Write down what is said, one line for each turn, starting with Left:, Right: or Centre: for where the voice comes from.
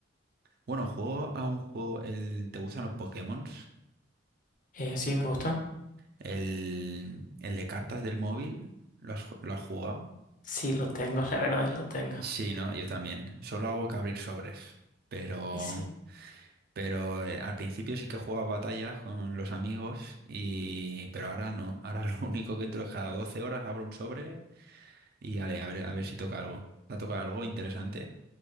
Right: bueno, juego a un juego, el, ¿te gustan los Pokémon?
Left: Eh, sí, me gustan.
Right: El, el de cartas del móvil, ¿lo has, ju- lo has jugado?
Left: Sí, lo tengo, <laughs> la verdad lo tengo.
Right: Sí, ¿no? Yo también. Solo hago que abrir sobres, pero,
Left: Eh, Sí,
Right: pero eh, al principio sí que jugaba batallas con los amigos y, pero ahora no. Ahora <laughs> lo único que entro es cada 12 horas abro un sobre y ale, a ver, a ver si toca algo. ¿Te ha tocado algo interesante?